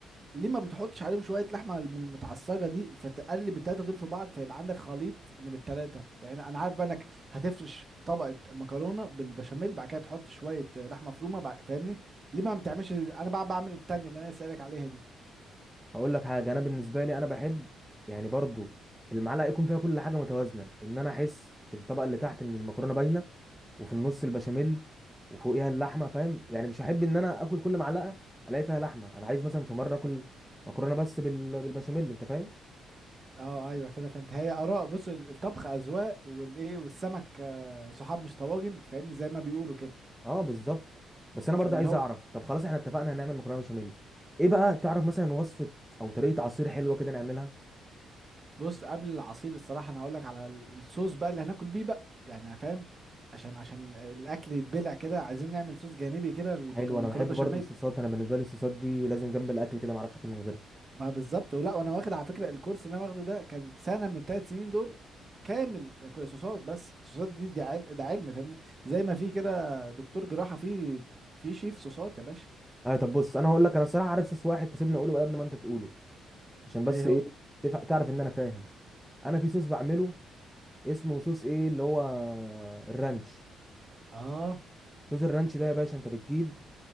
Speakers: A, on the right; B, in the centre.
A: ليه ما بتحطش عليهم شويه لحمه من المتعصجه دي فتقلب التلاته دول في بعض فيبقى عندك خليط من التلاته يعني انا عارف بقى انك هتفرش طبقه مكرونه بالبشاميل بعد كده تحط شويه لحمه مفرومه بع- فاهمني ليه ما بتعملش انا بقى بعمل التانية اللي انا سألك عليها دي
B: هقول لك حاجه انا بالنسبه لي انا بحب يعني برضو المعلقه يكون فيها كل حاجه متوازنه ان انا احس في الطبقه اللي تحت ان المكرونه باينه وفي النص البشاميل وفوقيها اللحمه فاهم يعني مش هحب ان انا اكل كل معلقه الاقي فيها لحمه انا عايز مثلا في مره اكل مكرونه بس بال... بالبشاميل انت فاهم
A: اه ايوه كده فهمت هي اراء بص ال- الطبخ اذواق والايه والسمك آه، صحاب مش طواجن فاهمني زي ما بيقولوا كده
B: اه بالظبط بس انا
A: فاللي
B: برضه عايز
A: هو
B: اعرف طب خلاص احنا اتفقنا هنعمل مكرونه بشاميل ايه بقى تعرف مثلا وصفه او طريقه عصير حلوه كده نعملها
A: بص قبل العصير الصراحة أنا هقولك على الصوص بقى اللي هناكل بيه بقى يعني فاهم عشان عشان الأكل يتبلع كده عايزين نعمل صوص جانبي كده للمكرونة
B: حلو انا بحب
A: بشاميل
B: برضه الصوصات انا بالنسبه لي الصوصات دي لازم جنب الاكل كده ما اعرفش اكل من غيرها
A: ما بالظبط ولا وأنا واخد على فكرة الكورس اللي أنا واخده ده كان سنة من التلات سنين دول كامل صوصات بس الصوصات دي دي عل... ده علم فاهمني زي ما في كده دكتور جراحة في في شيف صوصات يا باشا
B: ايوه طب بص انا هقول لك انا الصراحه عارف صوص واحد فسيبني اقوله قبل ما انت تقوله عشان بس
A: ايه
B: ايه
A: هو
B: تف- تعرف ان انا فاهم انا في صوص بعمله اسمه صوص ايه اللي هو الرانش
A: اه
B: صوص الرانش ده
A: ده-
B: يا باشا انت بتجيب